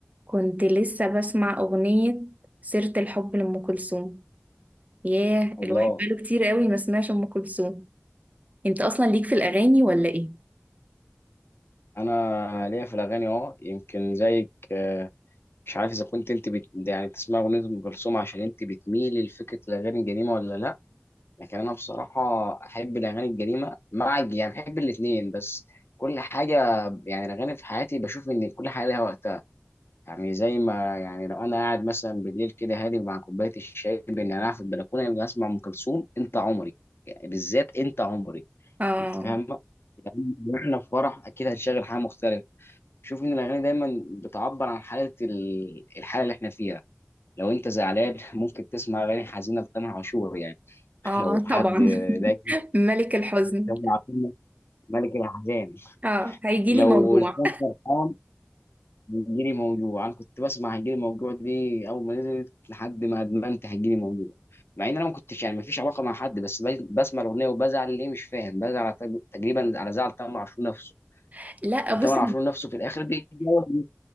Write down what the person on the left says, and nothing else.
الله
انا ليا في الاغاني اه يمكن زيك آه، مش عارف اذا كنت انت بت... يعني بتسمع اغنيه ام كلثوم عشان انت بتميلي لفكره الاغاني القديمه ولا لا لكن انا بصراحه احب الاغاني القديمه مع يعني احب الاثنين بس كل حاجه يعني الاغاني في حياتي بشوف ان كل حاجه ليها وقتها يعني زي ما يعني لو انا قاعد مثلا بالليل كده هادي مع كوبايه الشاي بان انا قاعد في البلكونه يبقى اسمع ام كلثوم انت عمري يعني بالذات انت عمري
انت فاهمه يعني احنا في فرح اكيد هنشغل حاجه مختلفه شوف ان الاغاني دايما بتعبر عن حاله ال- الحاله اللي احنا فيها لو انت زعلان <laughs> ممكن تسمع اغاني حزينه لتامر عاشور يعني <laughs>
لو
حد
دايما
تامر عاشور ملك الاحزان
لو
انسان فرحان هيجيلي موجوع انا كنت بسمع هيجيلي موجوع دي اول ما نزلت لحد ما ادمنت هيجيلي موجوع مع ان انا ما كنتش يعني ما فيش علاقه مع حد بس بس- بسمع الاغنيه وبزعل ليه مش فاهم بزعل على تج- تقريبا على زعل تامر عشور نفسه
وتامر
عاشور نفسه في الاخر بيتجوز